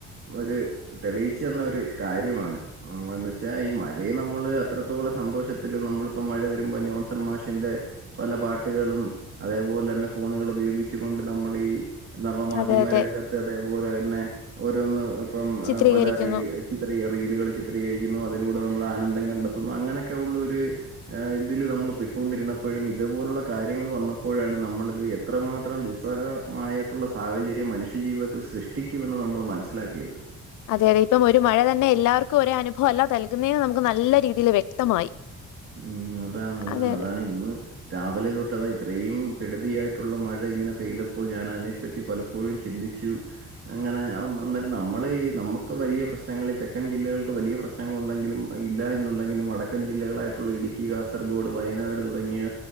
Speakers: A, on the right (about 45°); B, on the left (about 85°).
A: ഒര് തെളിയിച്ചു തന്നൊരു കാര്യമാണ് മം ച്ചാൽ ഈ മഴയെ നമ്മള് അത്രത്തോളം സന്തോഷത്തില് നമ്മളിപ്പോ മഴ വരുമ്പോ ജോൺസൺ മാഷിന്റെ പല പാട്ടുകളും അതേപോലെന്നെ ഫോണുകൾ ഉപയോഗിച്ച് കൊണ്ട് നമ്മൾ ഈ നവമാധ്യമരംഗത്ത്
B: അതെ അതെ
A: അതേപോലെ തന്നെ ഓരോന്ന് ഇപ്പം
B: ചിത്രീകരിക്കുന്നു.
A: പല റീ ചിത്ര റീലുകൾ ചിത്രീകരിക്കുന്നു അതിലൂടെ നമ്മൾ ആനന്ദം കണ്ടെത്തുന്നു അങ്ങനക്കെ ഉള്ള ഒരു ഇതില് നമ്മൾ പോയ്ക്കൊണ്ടിരുന്നപ്പോഴും ഇതുപോലുള്ള കാര്യങ്ങൾ വന്നപ്പോഴാണ് നമ്മളത് എത്രമാത്രം ത്രം ദുസ്സഹമായിട്ടുള്ള സാഹചര്യം മനുഷ്യജീവിതത്തിൽ സൃഷ്ടിക്കുമെന്ന് നമ്മൾ മനസ്സിലാക്കിയത്
B: അതെ അതെ ഇപ്പം ഒരു മഴ തന്നെ എല്ലാവർക്കും ഒരേ അനുഭവല്ല നൽകുന്നേന്ന് നമുക്ക് നല്ല രീതിയിൽ വ്യക്തമായി
A: മം അതാണ് അതാണ്
B: അതെ
A: അതാണ് ഇന്ന് രാവിലെ തൊട്ട് അതാ ഇത്രയും കെടുതിയായിട്ടുള്ള മഴ ഇങ്ങനെ പെയ്തപ്പോൾ ഞാനതിനെപ്പറ്റി പല എപ്പോഴും ചിന്തിച്ചു അങ്ങന അന്നേരം നമ്മളീ നമ്മക്ക് വലിയ പ്രശ്നങ്ങൾ ഈ തെക്കൻ ജില്ലകൾക്ക് വലിയ പ്രശ്ന നങ്ങൾ ഉണ്ടെങ്കിലും ഇല്ല എന്നുണ്ടെങ്കിലും വടക്കൻ ജില്ലകളായിട്ടുള്ള ഇടുക്കി കാസർഗോഡ് വയനാട് തുടങ്ങിയ